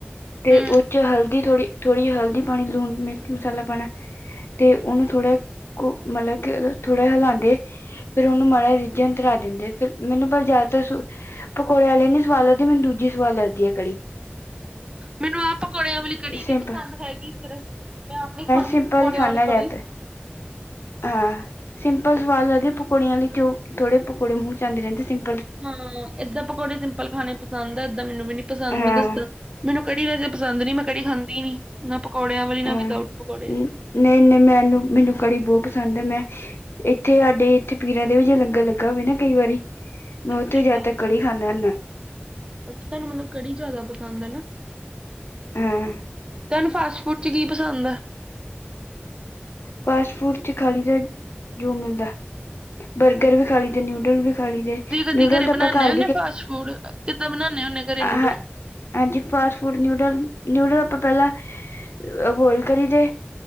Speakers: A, on the left; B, on the right.
A: ਤੇ
B: ਹੂੰ
A: ਉਹ ਚ ਹਲਦੀ ਥੋੜੀ ਥੋੜ੍ਹੀ ਜਿਹੀ ਹਲਦੀ ਪਾਣੀ ਲੂਣ ਮਿਰਚ ਮਸਾਲਾ ਪਾਣਾ ਤੇ ਉਹਨੂੰ ਥੋੜਾ ਕੁ ਮਤਲਬ ਕਿ ਥੋੜਾ ਹਿਲਾਾਂਂਦੇ ਫੇਰ ਉਹਨੂੰ ਮਾੜਾ ਰਿੱਝ ਅਤਰਾ ਦਿੰਦੇ ਫਿਰ ਮੈਨੂੰ ਪਰ ਜ਼ਿਆਦਾਤਰ ਪਕੌੜੇ ਵਾਲੇ ਨੀ ਸਵਾਲ ਲੱਦੀ। ਮੈਨੂੰ ਦੂਜੀ ਸਵਦ ਲੱਗਦੀ ਹੈ ਕੜੀ।
B: ਮੈਨੂੰ ਆਹ ਪਕੌੜਿਆਂ ਵਾਲੀ ਕੜੀ ਨੀ
A: ਸਿੰਪਲ
B: ਪਸੰਦ ਹੈਗੀ ਫਿਰ। ਮੈਂ ਆਪਣੀ ਖਾਂਦੀ
A: ਸਿੰਪਲ
B: ਪਕੌੜਿਆਂ
A: ਹੀ ਖਾਂਦਾ
B: ਵਾਲੀ
A: ਜ਼ਿਆਦਾਤਰ
B: ਘੜੀ।
A: ਹਾਂ ਸਿੰਪਲ ਸਵਾਦ ਲੱਗਦੇ ਪਕੌੜਿਆਂੀ ਥੋੜੇ ਪਕੌੜੇ ਮੂੰਹ ਚ ਆਦੇ ਰਹਿੰਦੇ ਸਿੰਲ
B: ਨਾ ਨਾ ਏਦਾਂ ਪਕੌੜੇ ਸਿੰਪਲ ਖਾਣੇ ਪਸੰਦ ਏਦਾਂ ਮੈਨੂੰ ਵੀ ਨੀ ਪਸੰ
A: ਹਾਂ
B: ਮੈਂ ਦੱਸਾਂ ਮੈਨੂੰ ਕੜੀ ਵੈਸੇਸੰਦ ਨੀ ਮੈਂ ਕੜੀ ਖਾਂਦੀ ਹੀ ਨੀ ਨਾ ਪਕੌੜਿਆਂ ਵਾਲੀ ਨਾ
A: ਹਾਂ
B: ਵਿਦਊਟ ਪਕੌੜੇ
A: ਨ- ਨਹੀਂ, ਨਹੀਂ ਮੈਨੂੰ ਮੈਨੂੰ ਕੜੀ ਬਹੁਤ ਪਸੰਦ ਹੈ ਮੈਂ। ਇੱਥੇ ਸਾਡੇ ਇੱਥੇ ਪੀਰਾਂ ਦੇ ਵੀ ਜੇ ਲੰਗਰ ਲੱਗਾ ਹੋਵੇ ਨਾ ਕਈ ਵਾਰੀ। ਮੈਂ
B: ਅੱਛਾ
A: ਉੱਥੇ ਜਿਆਦਾ ਤੱਕ ਕੜੀ ਖਾਂਦਾ ਹਦਾ।
B: ਅੱਛਾ ਤੁਹਾਨੂੰ ਮਤਲਬ ਕੜੀ ਜਿਆਦਾ ਪਸੰਦ ਹੈ ਨਾ।
A: ਹਾਂ
B: ਤੁੈਾਨੂੰ ਫਾਸਟ ਫੂਡ ਚ ਕੀ ਪਸੰਦ ਹੈ।
A: ਫਾਸਟ ਫੂਡ ਚ ਖਾਲੀ ਦਾ ਜੋ ਮਿਲਦਾ ਬਰਗਰ ਵਿਖਾਲ ਲਈ ਤੇ ਨਿਊਡਲ ਵੀ ਖਾ ਲਈ ਦੇ
B: ਤੁਸੀਂ ਕਦੀ
A: ਨਿਊਡਲ
B: ਘਰੇ
A: ਤਾਂ
B: ਬਣਾਉਂਦੇ
A: ਆਪਾਂ ਘਰ
B: ਹੁੰਦੇ ਫਾਸਟ ਫੂਡ ਕਿੱਦਾਂ ਬਣਾਦੇ ਹੁੰਦੇ ਘਰੇ
A: ਆ
B: ਨੂਡਲ
A: ਹ। ਹਾਂਜੀ। ਫਾਸਟ ਫੂਡ ਨਿਊਡਲ ਨਿਊਡਲ ਆਪਾਂ ਪਹਿਲਾਂ ਕਸ ਬੋਇਲ ਕਰੀ ਦੇ।